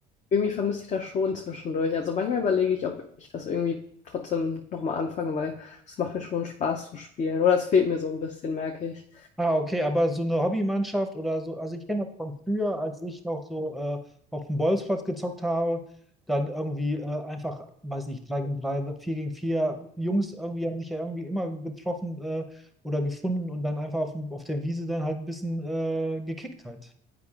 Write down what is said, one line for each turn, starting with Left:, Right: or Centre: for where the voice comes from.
Left: irgendwie vermisse ich das schon zwischendurch. Also manchmal überlege ich, ob ich das irgendwie trotzdem nochmal anfange, weil es macht mir schon Spaß zu spielen. Oder es fehlt mir so ein bisschen, merke ich.
Centre: Ah, okay, aber so eine Hobbymannschaft oder so, also ich kenne das von früher, als ich noch so äh, auf dem Bolzplatz gezockt habe, dann irgendwie äh, einfach, weiß nicht, drei gegen drei, vier gegen vier Jungs irgendwie haben sich ja irgendwie immer getroffen äh, oder gefunden und dann einfach auf, dem- auf der Wiese dann halt ein bisschen äh, gekickt halt.